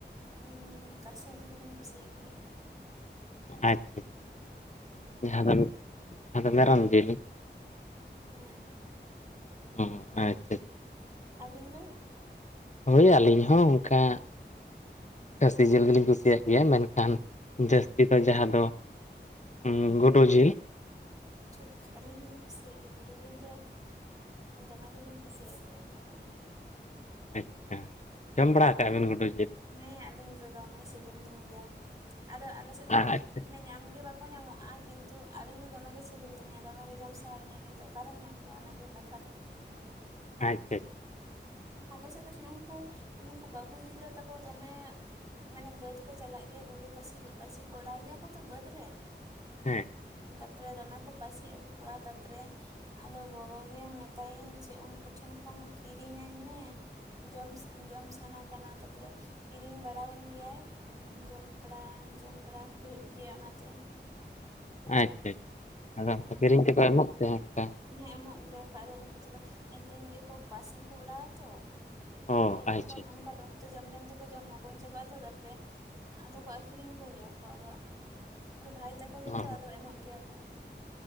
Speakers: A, on the right; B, on the left.
A: ᱩᱸ ᱠᱟᱹᱥᱤ ᱡᱤᱞ ᱦᱚᱞᱤᱧ ᱠᱩᱥᱤᱭᱟᱜ ᱜᱮᱭᱟ᱾
B: ᱟᱪᱪᱷᱟ ᱟᱪᱪᱷᱟ, ᱡᱟᱦᱟᱸ ᱫᱚ ᱡᱟᱦᱟᱸ ᱫᱚ ᱢᱮᱨᱚᱢ ᱡᱮᱞ,
A: ᱦᱮᱸ᱾
B: ᱚ ᱟᱪᱪᱷᱟ ᱟᱪ,
A: ᱟᱵᱤᱱ ᱫᱚ?
B: ᱦᱳᱭ ᱟᱹᱞᱤᱧ ᱦᱚᱸ ᱚᱱᱠᱟ ᱠᱷᱟᱹᱥᱤ ᱡᱮᱞ ᱜᱮᱞᱤᱧ ᱠᱩᱥᱤᱭᱟᱜ ᱜᱮᱭᱟ ᱢᱮᱱᱠᱷᱟᱱ ᱡᱟᱹᱥᱛᱤ ᱫᱚ ᱡᱟᱦᱟᱸ ᱫᱚ ᱦᱩᱸ ᱜᱳᱰᱩ ᱡᱤ,
A: ᱴᱷᱤᱠ ᱟᱹᱞᱤᱧ ᱦᱚᱞᱤᱧ ᱠᱩᱥᱤᱭᱟᱜ ᱜᱮᱭᱟ ᱜᱩᱰᱩ ᱡᱤᱞ ᱫᱚ ᱫᱚᱢᱮ ᱜᱮᱞᱤᱧ ᱠᱩᱥᱤᱭᱟᱜ ᱜᱮᱭᱟ᱾ ᱟᱹᱞᱤᱧ ᱦᱚᱸ
B: ᱟᱪᱪᱷᱟ ᱡᱚᱢ ᱵᱟᱲᱟ ᱠᱟᱜ ᱵᱤᱱ ᱜᱩᱰᱩ ᱡᱤᱞ?
A: ᱦᱮᱸ ᱟᱹᱞᱤᱧ ᱫᱚ ᱫᱚᱢᱮ ᱥᱤᱵᱤᱞ ᱞᱤᱧ ᱜᱮᱭᱟ ᱟᱫᱚ ᱟᱞᱮ ᱥᱮᱫ
B: ᱟᱪᱪᱷᱟ
A: ᱫᱚ ᱢᱟᱱᱮ ᱧᱟᱢ ᱜᱮ ᱵᱟ ᱵᱟᱠᱚ ᱧᱟᱢᱚᱜᱼᱟ ᱠᱤᱱᱛᱩ ᱟᱹᱞᱤᱧ ᱫᱚ ᱫᱚᱢᱮᱜᱮ ᱜᱮ ᱥᱤᱵᱤᱞ ᱞᱤᱧᱟ ᱫᱚᱢᱮᱜᱮ ᱜᱮ ᱡᱚᱢ ᱥᱟᱱᱟ ᱞᱤᱧᱟ ᱠᱤᱱᱛᱩ ᱚᱠᱟᱨᱮᱢ ᱧᱟᱢ ᱠᱚᱣᱟ ᱚᱱᱟᱜᱮ ᱠᱟᱛᱷᱟ ᱫᱚ᱾
B: ᱟᱪᱪᱷᱟ ᱪᱷᱟ,
A: ᱟᱞᱮ ᱥᱮᱫ ᱨᱮᱱ ᱩᱱᱠᱩ ᱩᱱᱠᱩ ᱵᱟᱹᱵᱩ ᱜᱤᱫᱽᱨᱟᱹ ᱛᱟᱠᱚ ᱫᱚᱢᱮ ᱢᱟᱱᱮ ᱵᱟᱹᱫᱽ ᱠᱚ ᱪᱟᱞᱟᱜ ᱜᱮᱭᱟ ᱜᱩᱰᱩ ᱯᱟᱹᱥᱤ ᱯᱟᱹᱥᱤ ᱠᱚ ᱚᱰᱟᱣ ᱜᱮᱭᱟ ᱠᱚ ᱛᱚ ᱵᱟᱹᱫᱽ ᱨᱮ,
B: ᱦᱮᱸ᱾
A: ᱛᱟᱨᱯᱚᱨᱮ ᱫᱚᱢᱮ ᱠᱚ ᱯᱟᱹᱥᱤ ᱟᱹᱜᱩ ᱠᱚᱣᱟ ᱛᱟᱨᱯᱚᱨᱮ ᱟᱫᱚ ᱜᱚᱜᱚ ᱜᱮ ᱢᱮᱛᱟᱭᱤᱧ ᱡᱮ ᱩᱱᱠᱩ ᱴᱷᱮᱱ ᱠᱷᱚᱱ ᱠᱤᱨᱤᱧ ᱤᱧ ᱢᱮ ᱡᱚᱢ, ᱡᱚᱢ ᱥᱟᱱᱟ ᱠᱟᱱᱟ ᱛᱟᱯᱚᱨᱮ ᱠᱤᱨᱤᱧ ᱵᱟ ᱯᱟᱲᱟᱣᱟᱹᱧ ᱜᱮᱭᱟᱭ ᱡᱚᱢ ᱵᱟᱵᱟ ᱡᱚᱢ ᱵᱟᱲᱟ ᱦᱩᱭᱩᱜ ᱜᱮᱭᱟ ᱚᱱᱟᱛᱮ᱾
B: ᱟᱪᱪᱷᱟ, ᱟᱪᱪᱷᱟ ᱪᱷᱟ ᱟᱫᱚ
A: ᱦᱮᱸ
B: ᱚᱱᱠᱟ ᱠᱤᱨᱤᱧ ᱛᱮᱠᱚ ᱮᱢᱚᱜ ᱛᱮ ᱚᱱᱠᱟ?
A: ᱦᱮᱸ ᱮᱢᱚᱜ ᱜᱮᱭᱟ ᱠᱚ ᱟᱫᱚ ᱩᱱᱠᱩ ᱛᱮᱫᱚ ᱫᱤᱱ ᱜᱮᱠᱚ ᱯᱟᱹᱥᱤ ᱠᱚ ᱚᱲᱟᱣ ᱛᱚ᱾
B: ᱚ
A: ᱫᱤᱱ
B: ᱟᱪᱪᱷᱟ
A: ᱨᱮᱱ
B: ᱟᱪᱪᱷᱟ
A: ᱚᱱᱠᱟ ᱫᱚ, ᱛᱚ ᱡᱚᱢ ᱡᱚᱢ ᱛᱮᱠᱚ ᱡᱚᱢ ᱢᱚᱠᱚᱧ ᱪᱟᱵᱟᱜᱼᱟ ᱛᱚ ᱛᱟᱯᱚᱨᱮ ᱟᱫᱚ ᱠᱚ ᱟᱠᱷᱨᱤᱧ ᱠᱚᱜᱮᱭᱟ ᱠᱚ ᱟᱫᱚ ᱟᱫᱚ ᱵᱷᱟᱭ ᱛᱟᱠᱚ ᱜᱮᱛᱚ
B: ᱚ
A: ᱟᱫᱚ ᱮᱢᱚᱜ ᱜᱮᱭᱟ ᱠᱚ᱾